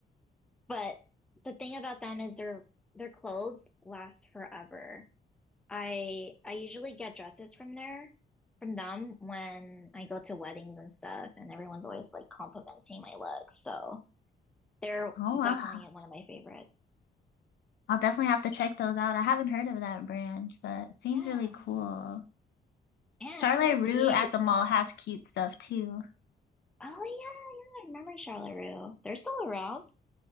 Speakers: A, in the centre; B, on the left.
A: but the thing about them is their their clothes last forever. I I usually get dresses from there from them when I go to weddings and stuff, and everyone's always like complimenting my looks. So they're
B: Oh,
A: definitely
B: I'll ha-
A: one of my favorites.
B: I'll definitely have to check those out. I haven't heard of that brand, but it seems
A: Yeah.
B: really cool.
A: And
B: Charlotte Rue
A: you,
B: at the mall has cute stuff too.
A: oh yeah, yeah, I remember Charleroi. They're still around.